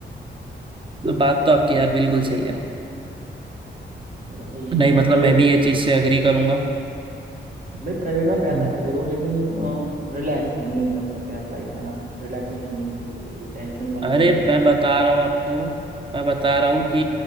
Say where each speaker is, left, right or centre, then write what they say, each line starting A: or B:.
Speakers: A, on the right; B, on the right.
A: तो बात तो आपकी
B: मतलब
A: यार बिल्कुल सही है
B: थोड़ा सा यही
A: नहीं
B: है
A: मतलब
B: प्राइवेट
A: मैं भी ये चीज से एग्री करूंगा
B: भाई प्राइवेट में पैसा
A: हम्म,
B: है जरूर लेकिन रिलैक्स नहीं कर सकते आप लाइफ में ना रिलैक्सेशन नहीं है बिल्कुल भी टेंशन वाली
A: अरे
B: ज्यादा है
A: मैं बता रहा हूँ आपको मैं बता रहा हूँ कि